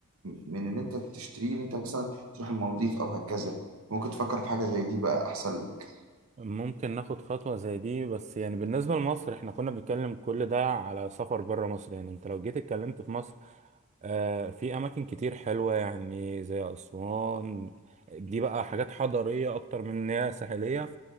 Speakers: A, on the right; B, on the right.
A: من ان انت تشتريه ان انت مثلا تروح المالديف او هكذا ممكن تفكر في حاجه زي دي بقى احسن لك.
B: ممكن ناخد خطوة زي دي بس يعني بالنسبة لمصر احنا كنا بنتكلم كل ده على سفر بره مصر يعني انت لو جيت اتكلمت في مصر آه، في اماكن كتير حلوه يعني زي اسوان دي بقى حاجات حضاريه اكتر من ان هي ساحليه